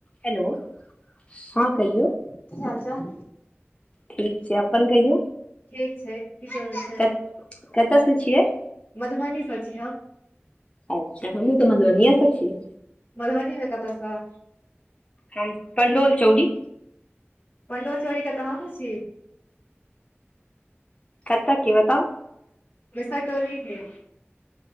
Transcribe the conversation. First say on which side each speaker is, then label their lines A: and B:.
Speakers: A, on the left; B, on the left.
A: हेलो हा कहियौ
B: की हाल चाल
A: ठीक छै अपन कहियौ
B: ठीक छै की सब होइ
A: कत कतय से छियै
B: मधुबनीसँ छी हम
A: अच्छा हमहूँ तऽ मधुबनीय स छी
B: मधुबनीमे कतसँ
A: हम पणडोल चौड़ी
B: पण्डोलचोड़ी के तऽ हमहुँ छी
A: कतऽ के बताउ
B: मिसरटोली के